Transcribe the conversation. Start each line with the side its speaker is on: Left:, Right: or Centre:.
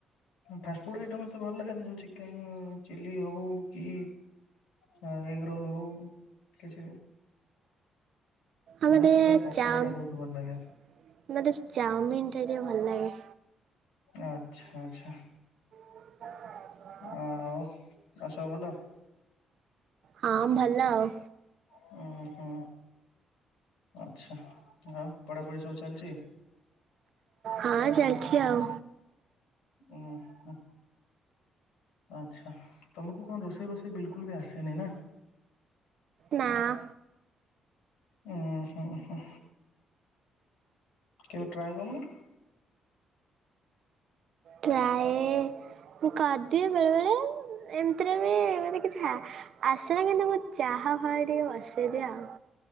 Left: ଫାଷ୍ଟ ଫୁଡ ଆଇଟମ ଏତେ ଭଲ ଲାଗନି ଯୋଉ ଚିକେନ ଚିଲ୍ଲୀ ହଉ କି ହ ଏଗ ରୋଲ ହଉ କିଛି ମତେ
Right: ଆମ ଦେ
Left: ଚିକେନ ପକୋଡା
Right: ଚା
Left: ଟା
Right: ମେ
Left: ବହୁତ ଭଲ ଲାଗେ
Right: ଚାଉମିନ ଟା ଟିକେ ଭଲ୍ ଲାଗେ।
Left: ଆଚ୍ଛା ଆଚ୍ଛା।
Right: <inaudible>
Left: ଆଉ ଆଉସବୁ ଭଲ?
Right: ହଁ ଭଲ ଆଉ।
Left: ହୁଁ ହୁଁ ଆଛା ଆଉ ପଢାପଢି ସବୁ ଚାଲିଚି?
Right: ହଁ ଚାଲିଚି ଆଉ।
Left: ଉଁ ହୁଁ। ଆଚ୍ଛା ତମକୁ କଣ ରୋଷେଇ ବୋଷେଇ ବିଲକୁଲ୍ ବି ଆସେନି ନା?
Right: ନାଁ।
Left: ଉଁ ହୁଁ ହୁଁ। କେବେ ଟ୍ରାଏ କରନୁ?
Right: ଟ୍ରାଏ ମୁଁ କରିଦିଏ ବେଳେ ବେଳେ ଉଁ। ଏମିତିରେ ବି ଏମତି କିଛି ଆସ-ଆସେନା କିନ୍ତୁ ମୁଁ ଚାହା ଫାଆ ଟିକେ ବସେଇ ଦିଏଆଉ।